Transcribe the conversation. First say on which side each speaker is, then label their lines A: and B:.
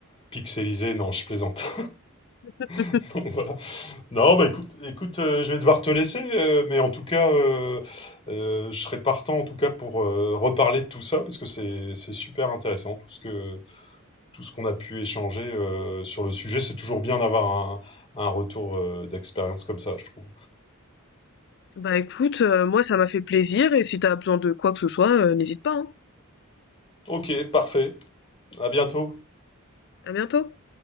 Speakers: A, on the left; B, on the left.
A: pixelisé. Non, je plaisante.
B: <laughs>
A: <laughs> Donc, voilà. Non, bah écoute, écoute euh, je vais devoir te laisser, euh, mais en tout cas, euh, euh, je serais partant en tout cas pour euh, reparler de tout ça parce que c'est, c'est super intéressant, tout ce que tout ce qu'on a pu échanger euh, sur le sujet. C'est toujours bien d'avoir un, un retour euh, d'expérience comme ça, je trouve.
B: Bah écoute, euh, moi ça m'a fait plaisir, et si t'as besoin de quoi que ce soit, euh, n'hésite pas. hein.
A: Ok, parfait. À bientôt.
B: À bientôt.